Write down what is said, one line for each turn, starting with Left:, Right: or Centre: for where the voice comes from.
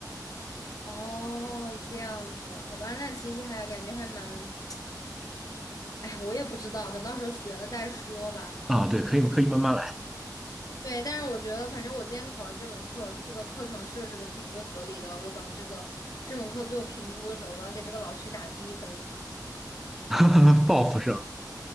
Left: 哦，这样子，好吧，那其实还感觉还蛮，<tsk> 哎，我也不知道，等到时候学了再说吧。
Centre: 啊，对，可以可以慢慢来，
Left: 对，但是我觉得，反正我今天考了这门课，这个课程设置的挺不合理的。我等这个这门课最后评估的时候，我要给这个老师打低分，
Centre: <laughs> 报复生